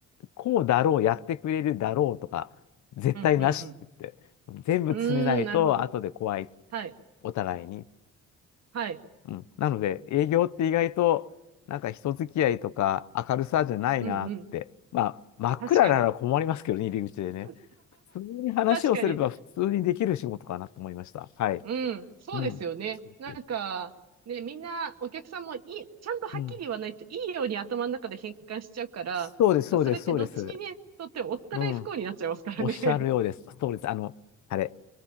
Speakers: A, on the left; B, on the right.
A: こうだろう、やってくれるだろうとか、絶対なしって
B: うんうん。
A: 言って、全部詰めないと後で怖いって、
B: うん。うーん、なるほど。はい。
A: お互いに。
B: はい。
A: うん。なので、営業って意外と、なんか人付き合いとか明るさじゃないなって。
B: うんうん。
A: まあ、真っ暗なら困りますけどね、
B: 確かに。
A: 入り口でね。
B: <laughs>
A: 普通に話をすれば普通にできる仕事かなと思いました。
B: 確かに。
A: はい。
B: うん、そうですよね。
A: うん。そうそうそ
B: なんか、ね、みんな、お客さんもいい、ちゃんとはっきり言わないといいように頭の中で変換しちゃうから、
A: ううん。そうです、
B: なんかそれってどっちにね、
A: そうです、そうです。
B: とってもお互い不幸になっちゃいますからね。
A: うん。おっしゃるようです。
B: <laughs>
A: そうです。あの、あれ。